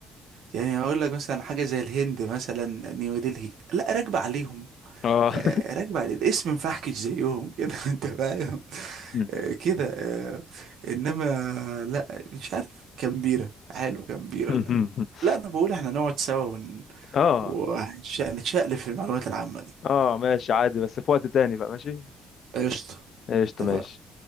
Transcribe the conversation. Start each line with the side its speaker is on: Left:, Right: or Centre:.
Right: يعني هقول لك مثلا حاجة زي الهند مثلا نيودلهي لا راكبة عليهم
Left: اه
Right: آه،
Left: <laughs>
Right: راكبة على الاسم مفحكش زيهم كده <laughs> انت فاهم
Left: مم.
Right: آه، كده آه، انما لا مش عارف كامبيرا حلو كامبيرا
Left: <laughs>
Right: ده لا انا بقول احنا نقعد سوا ون...
Left: اه
Right: وهنتشقلب في المعلومات العامة دي
Left: اه ماشي عادي بس في وقت تاني بقى ماشي
Right: قشطة
Left: قشطة
Right: اتفقنا
Left: ماشي